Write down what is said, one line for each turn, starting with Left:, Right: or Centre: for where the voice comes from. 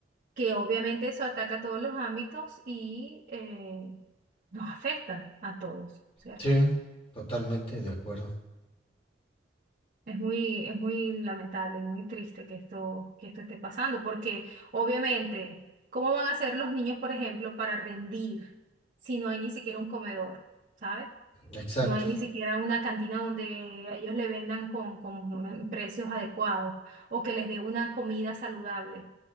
Right: que obviamente eso ataca a todos los ámbitos y eh, nos afecta a todos, ¿cierto?
Left: Sí, totalmente de acuerdo.
Right: Es muy, es muy lamentable, muy triste que esto, que esto esté pasando, porque obviamente, ¿cómo van a hacer los niños, por ejemplo, para rendir si no hay ni siquiera un comedor, ¿sabes?
Left: Exacto.
Right: No hay ni siquiera una cantina donde ellos le vendan con, con eh, precios adecuados o que les dé una comida saludable,